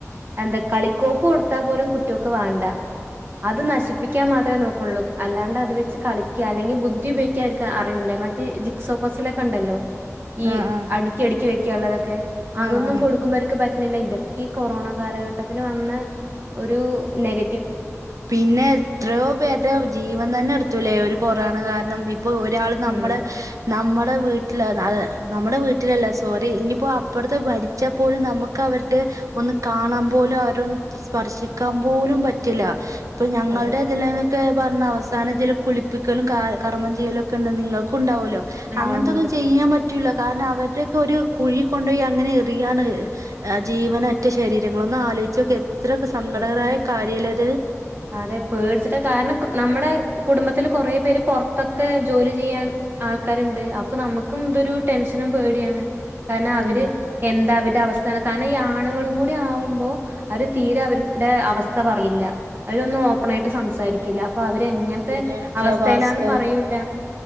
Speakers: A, on the right; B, on the right.
A: എന്താ കളിക്കോപ്പ് കൊടുത്താ പോലും കുട്ട്യോക്ക് വാണ്ട അത് നശിപ്പിക്കാൻ മാത്രമേ നോക്കൊള്ളൂ അല്ലാണ്ട് അത് വെച്ച് കളിക്ക അല്ലെങ്കിൽ ബുദ്ധി ഉപയോഗിക്യാൻ അവർക്ക് അറിണില്ല മ ച്ച് ജിക്സോ ഫസില ക്കെണ്ടല്ലൊ ഈ
B: ആഹ് ആഹ്
A: അടുക്കി അടുക്കി വെയ്ക്കാള്ളതൊക്കെ അതൊന്നും
B: ആഹ് ആഹ്
A: കൊടുക്കുമ്പോർക്ക് പറ്റണില്ല ഇതൊ ക്കെ ഈ കൊറോണ കാലഘട്ടത്തില് വന്ന ഒരു നെഗ
B: പിന്നെ എത്രയോ പേരുടെ ജീവൻ തന്നെ എടുത്തൂലേ ഒരു കൊറോണ കാരണം ഇപ്പൊ ഒരാൾ നമ്മുടെ
A: പിന്നെന്താ
B: നമ്മുടെ വീട്ടില നമ്മുടെ വീട്ടിലല്ല സോറി ഇഞ്ഞിപ്പൊ അപ്പൊർത്ത് പനി ച്ചാ പോലും നമ്മുക്ക് അവരുടെ ഒന്ന് കാണാൻ പോലും അവരൊന്ന് സ്പർശിക്കാൻ പോലും പറ്റില്ല ഇപ്പൊ ഞങ്ങളുടെ
A: അതെ
B: ഇതിലെ ഒക്കെ പറഞ്ഞ അവസാനതില് കുളിപ്പിക്കലും കർമ്മം ചെയ്യലും ഒക്കെണ്ട് നിങ്ങൾക്കൂണ്ടാവൊല്ലോ അങ്ങൻത്തൊന്നും
A: ആഹ് ഉണ്ട്
B: ചെയ്യാൻ പറ്റൂല കാരണം അവരുടെയൊക്കെ ഒരു കുഴി കൊണ്ടോയി അങ്ങനെ എറിയാണ് ആഹ് ജീവനറ്റ ശരീരങ്ങള് ഒന്ന് ആലോയിച്ചൊക്കെ എത്ര സങ്കടകരായ
A: സത്യം
B: കാര്യാലെ അത്
A: അതെ പേടിച്ചിട്ട കാരണം നമ്മുടെ കുടുംബത്തില് കുറേ പേര് പൊറത്തൊക്കെ ജോലി ചെയ്യാൻ ആൾക്കാര്ണ്ട് അപ്പൊ നമുക്കും ഇതൊരു ടെൻഷനും പേടിയാണ് കാരണം അവര്
B: ഉം
A: എന്താ അവരുടെ അവസ്ഥ കാരണം ഈ ആണുങ്ങളും കൂടി ആവുമ്പോ അവര് തീരെ അവർ ടെ അവസ്ഥ പറയില്ല അവരൊന്നും ഓപ്പൺ ആയിട്ട് സംസാരി ക്കില്ല അപ്പൊ അവര് എങ്ങൻത്തെ
B: ശരിയാണ് പ്രവാസികള്
A: അവസ്ഥയിലാന്ന് പറയൂല്ല